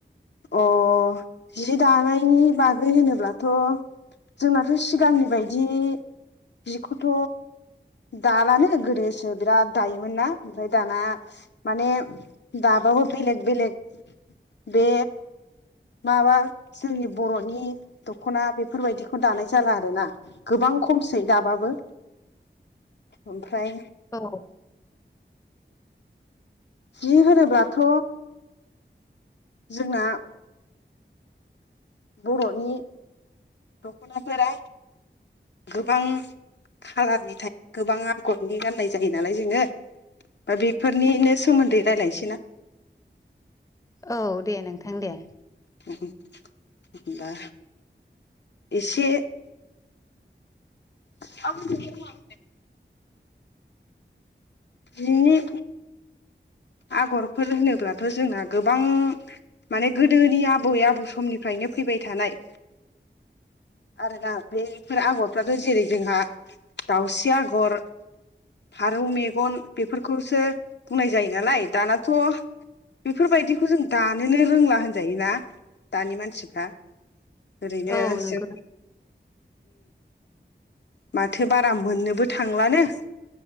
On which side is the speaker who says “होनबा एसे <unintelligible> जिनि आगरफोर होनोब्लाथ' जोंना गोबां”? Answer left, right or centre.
Left